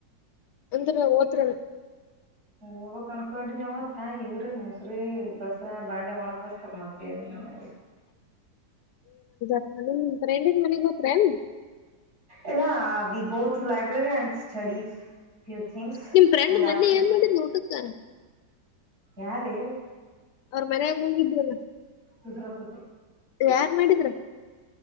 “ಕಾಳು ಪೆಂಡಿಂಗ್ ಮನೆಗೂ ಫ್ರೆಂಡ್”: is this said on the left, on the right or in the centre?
Left